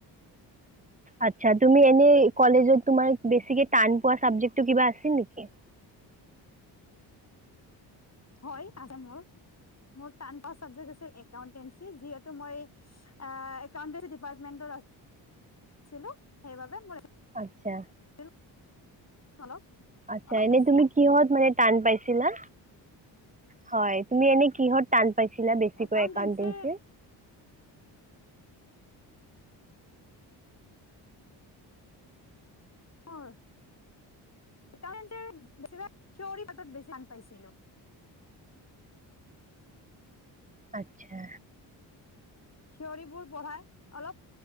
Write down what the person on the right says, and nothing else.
আচ্ছা, তুমি এনে কলেজত তোমাৰ বেছিকে টান পোৱা চাবজেকটো কিবা আছিল নেকি?
আচ্ছা।
আচ্ছা,
এনে
তুমি কিহত মানে টান পাইছিলা? হয় তুমি এনে কিহত টান পাইছিলা বেছিকৈ
একাউণ্টেঞ্চিৰ?
আচ্ছা।